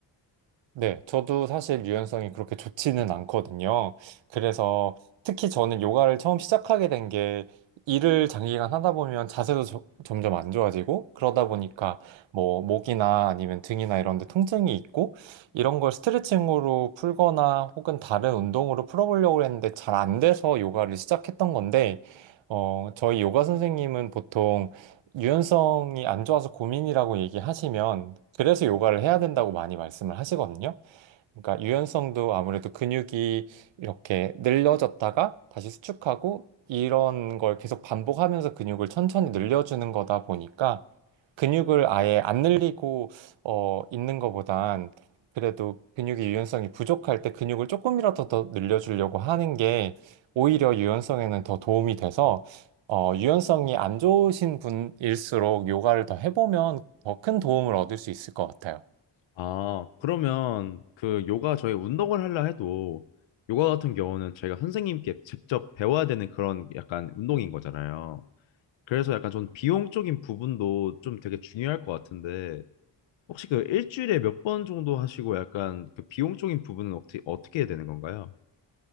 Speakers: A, on the right; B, on the left.
A: 네, 저도 사실 유연성이 그렇게 좋지는 않거든요. 그래서 특히 저는 요가를 처음 시작하게 된 게 일을 장기간 하다 보면 자세도 저- 점점 안 좋아지고 그러다 보니까 뭐 목이나 아니면 등이나 이런 데 통증이 있고 이런 걸 스트레칭으로 풀거나 혹은 다른 운동으로 풀어보려고 했는데 잘 안 돼서 요가를 시작했던 건데 어, 저희 요가 선생님은 보통 유연성이 안 좋아서 고민이라고 얘기하시면 그래서 요가를 해야 된다고 많이 말씀을 하시거든요. 그러니까 유연성도 아무래도 근육이 이렇게 늘려졌다가 다시 수축하고 이런 걸 계속 반복하면서 근육을 천천히 늘려주는 거다 보니까 근육을 아예 안 늘리고 어, 있는 것보단 그래도 근육의 유연성이 부족할 때 근육을 조금이라도 더 늘려주려고 하는 게 오히려 유연성에는 더 도움이 돼서 어, 유연성이 안 좋으신 분일수록 요가를 더 해보면 더 큰 도움을 얻을 수 있을 것 같아요.
B: 아, 그러면 그 요가 저희 운동을 하려 해도 요가 같은 경우는 저희가 선생님께 직접 배워야 되는 그런 약간 운동인 거잖아요. 그래서 약간 전 비용적인 부분도 좀 되게 중요할 것 같은데 혹시 그 일주일에 몇 번 정도 하시고 약간 그 비용적인 부분은 어떻게 어떻게 되는 건가요?